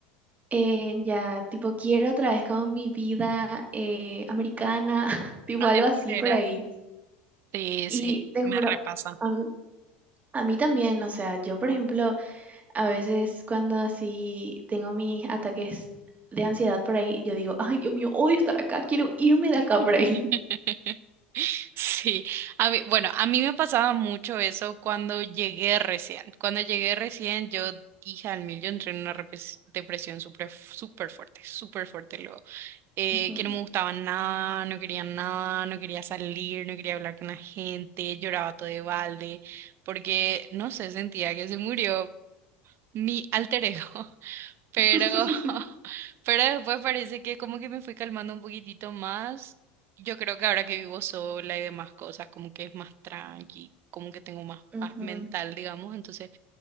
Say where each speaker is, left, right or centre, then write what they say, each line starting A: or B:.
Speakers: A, on the right; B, on the right.
A: eh, ya tipo quiero otra vez como mi vida eh, americana, <laughs> tipo
B: Argentina
A: algo así por
B: era.
A: ahí?
B: Sí,
A: Y
B: sí,
A: te
B: me
A: juro,
B: repasa.
A: a mí, a mí también, o sea, yo por ejemplo a veces cuando así tengo mis ataques de ansiedad por ahí, yo digo, ay, Dios mío, odio estar acá, quiero irme de
B: <laughs>
A: acá por ahí. <laughs>
B: Sí, a mí, bueno, a mí me pasaba mucho eso cuando llegué recién. Cuando llegué recién, yo, hija al mil, yo entré en una repres- depresión súper súper fuerte, súper fuerte luego. Eh,
A: Ujú,
B: que no me gustaba nada, no quería nada, no quería salir, no quería hablar con la gente, lloraba todo de balde, porque, no sé, sentía que se murió mi alter ego. Pero,
A: <laughs>
B: <laughs> pero después parece que como que me fui calmando un poquitito más. Yo creo que ahora que vivo sola y demás cosas, como que es más tranqui, como que tengo más
A: ujú,
B: paz mental, digamos, entonces